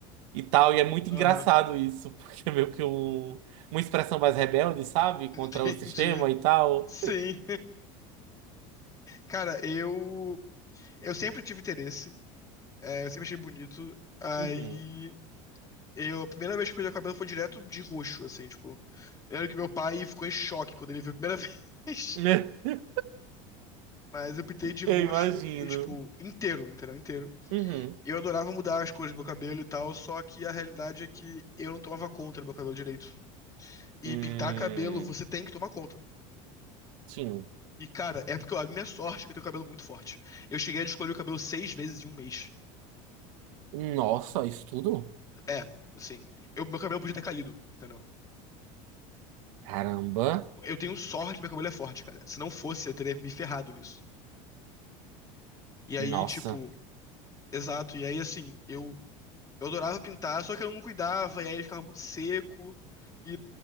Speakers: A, on the right; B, on the left.
A: e tal. E é muito
B: Aham.
A: engraçado isso, <laughs> porque é meio que um, uma expressão mais rebelde, sabe?
B: <laughs> Entendi.
A: Contra o sistema e tal.
B: Sim. Cara, eu eu sempre tive interesse, é, eu sempre achei bonito. Aí
A: Uhum.
B: eu a primeira vez que eu pintei o cabelo foi direto de roxo, assim, tipo. Eu lembro que meu pai ficou em choque quando ele viu a primeira <laughs> vez.
A: <laughs>
B: Mas eu pintei de roxo
A: Eu imagino.
B: e, tipo, inteiro, entendeu? Inteiro.
A: Uhum.
B: Eu adorava mudar as cores do meu cabelo e tal, só que a realidade é que eu não tomava conta do meu cabelo direito. E
A: Hum,
B: pintar cabelo, você tem que tomar conta.
A: sim.
B: E, cara, é porque a minha sorte é que eu tenho cabelo muito forte. Eu cheguei a descolorir o cabelo seis vezes em um mês.
A: Nossa, isso tudo?
B: É, assim, eu, meu cabelo podia ter caído, entendeu?
A: Caramba.
B: Eu tenho sorte que meu cabelo é forte, cara. Se não fosse, eu teria me ferrado nisso. E aí,
A: Nossa.
B: tipo, exato. E aí, assim, eu, eu adorava pintar, só que eu não cuidava, e aí ele ficava muito seco. E